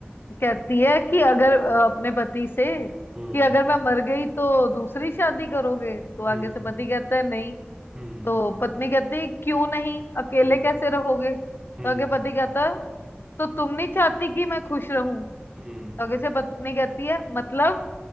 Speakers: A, on the left; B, on the right.
A: कहती है कि अगर अ, अपने पति से
B: हम्म
A: कि अगर मैं मर गई तो दूसरी शादी करोगे तो
B: हम्म
A: आगे से पति कहता है नहीं
B: हम्म
A: तो पत्नी कहती है क्यों नहीं अकेले
B: हम्म
A: कैसे रहोगे तो
B: हम्म
A: आगे पति कहता है तो तुम नहीं चाहती कि मैं खुश रहूं
B: हम्म
A: तो आगे से पत्नी कहती है मतलब